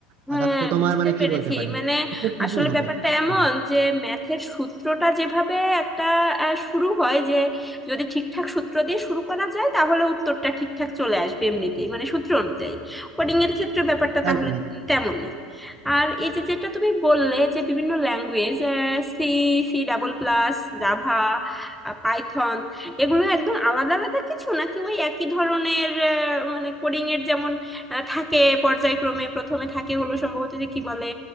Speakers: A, in the centre; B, on the right.
A: হ্যাঁ
B: আর তাতে তোমার
A: বুঝতে
B: মানে
A: পেরেছি
B: কি বলতে পারে
A: মানে
B: খুব ইজি
A: আসলে
B: হবে
A: ব্যাপারটা এমন
B: হ্যাঁ,
A: যে ম্যাথের সূত্রটা যেভাবে একটা আহ, শুরু হয় যে যদি ঠিকঠাক সূত্র দিয়ে শুরু করা যায় তাহলে উত্তরটা ঠিকঠাক চলে আসবে এমনিতেই মানে সূত্র অনুযায়ী কোডিং এর ক্ষেত্রে ব্যাপারটা তাহলে
B: একদম
A: তেমনই আর এই যে যেটা তুমি বললে যে বিভিন্ন language C C double plus Java Python এগুলো একদম আলাদা আলাদা কিছু নাকি ওই একই ধরনের আহ, মানে কোডিং এর যেমন আহ, থাকে পর্যায়ক্রমে প্রথমে থাকে হলো সম্ভবত যে কি বলে